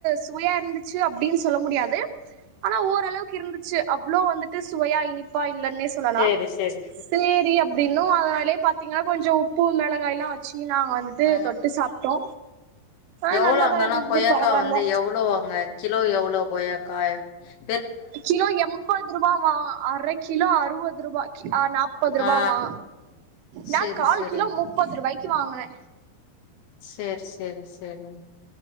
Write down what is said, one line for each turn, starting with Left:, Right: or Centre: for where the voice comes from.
Right: சுவையா இருந்துச்சு அப்டின்னு சொல்ல முடியாது ஆனா ஓரளவுக்கு இருந்துச்சு அவ்ளோ வந்துட்டு சுவையா இனிப்பா இல்லேன்னே சொல்லலா
Left: சேரி சேரி
Right: சேரி அப்டின்னு அதன் லே பாத்தீங்கா கொஞ்சோ உப்பு மெளகாய்லா வெச்சு கி நாங்க வந்துட்டு
Left: ஆ
Right: தொட்டு சாப்ட்டோ ஆ
Left: எவ்ளோ
Right: நல்லாதா
Left: அங்கெல்லா
Right: இருந்தது
Left: கொய்யாக்கா
Right: பரவால்ல
Left: வந்து எவ்ளோ அங்க கிலோ எவ்ளோ கொய்யாக்கா க்கா
Right: கிலோ எம்பது ரூபாவா அரை கிலோ அறுபது ரூபா நாப்பது ரூபாவா
Left: ஆ
Right: நா
Left: சேரி
Right: கால்
Left: சேரி
Right: கிலோ முப்பது ரூபாய்க்கு வாங்குனே
Left: சர் சர் சரி